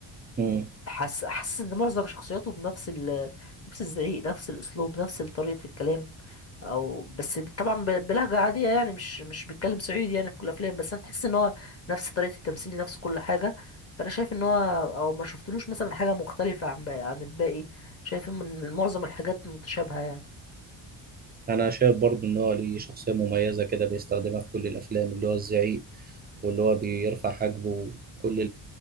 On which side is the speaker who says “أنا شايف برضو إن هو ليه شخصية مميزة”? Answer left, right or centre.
Right